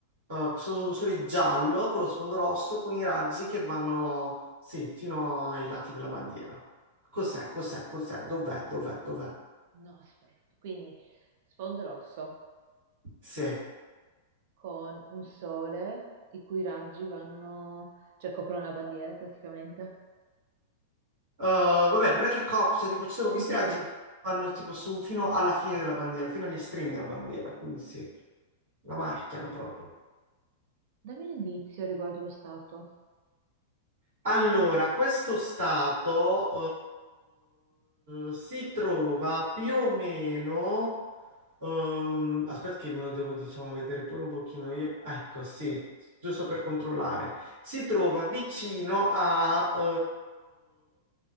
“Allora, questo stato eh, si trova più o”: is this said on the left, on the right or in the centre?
Right